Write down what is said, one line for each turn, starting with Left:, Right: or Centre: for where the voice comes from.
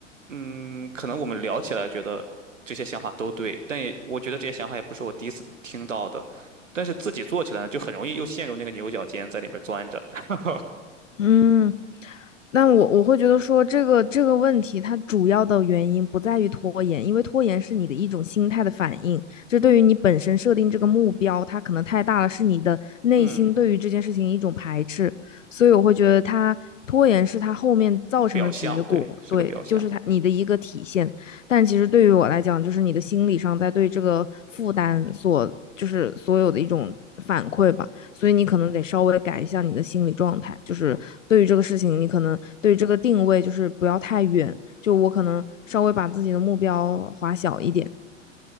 Right: 嗯，可能我们聊起来觉得这些想法都对，但也我觉得这些想法也不是我第一次听到的。但是自己做起来呢，就很容易又陷入那个牛角尖，在里边钻着。<laughs>
Left: 嗯，但我我会觉得说这个这个问题，它主要的原因不在于拖延，因为拖延是你的一种心态的反应，这对于你本身设定这个目标，它可能太大了，是你的内心对于这件事情一种排斥，
Right: 嗯，
Left: 所以我会觉得它拖延是它后面造成的结果，
Right: 表象，对，是个表象。
Left: 对，就是它你的一个体现。
Right: 嗯。
Left: 但其实对于我来讲，就是你的心理上在对这个负担所，就是所有的一种反馈吧。所以你可能得稍微改一下你的心理状态，就是对于这个事情，你可能对于这个定位就是不要太远，就我可能稍微把自己的目标划小一点，